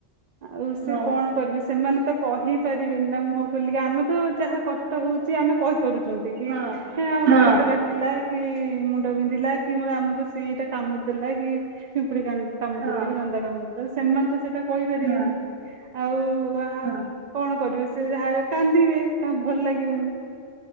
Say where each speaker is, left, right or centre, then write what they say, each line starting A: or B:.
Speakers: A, on the right (about 50°); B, on the right (about 90°).
A: ଆଉ ସେ
B: ହଁ
A: କଣ କରିବେ ସେମାନେ ତ କହି ପାରିବେନି ନା ମୁହଁ ଖୋଲିକି ଆମେ ତ ଯାହା କଷ୍ଟ ହଉଛି ଆମେ କରୁଛନ୍ତି କି
B: ହଁ ହଁ
A: ପେଟ କାଟିଲା କି ମୁଣ୍ଡ ବିନ୍ଧିଲା। କି ମତେ ଆମକୁ ସେଇଟା କାମୁଡି ଦେଲା କି କୁ କାମୁଡି
B: ହଁ
A: ଦେଲା କି ଜନ୍ଦା କାମୁଡି ଦେଲା ସେମାନେ ତ ସେଟା କହିପାରିବେନି।
B: ହଁ
A: ଆଉ ଆ
B: ହଁ।
A: କଣ କରିବେ ସେ ଯାହା ବି ହେଉ କାନ୍ଦିବେ ତାଙ୍କୁ ଭଲ ଲାଗିବନି